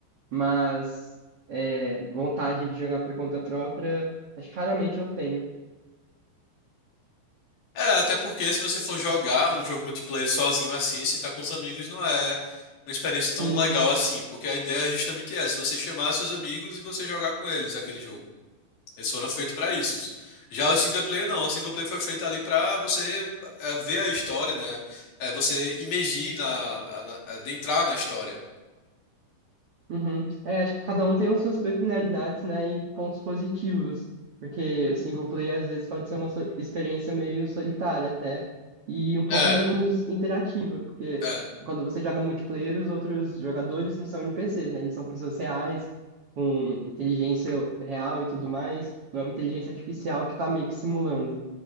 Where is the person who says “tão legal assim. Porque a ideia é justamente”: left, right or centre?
Left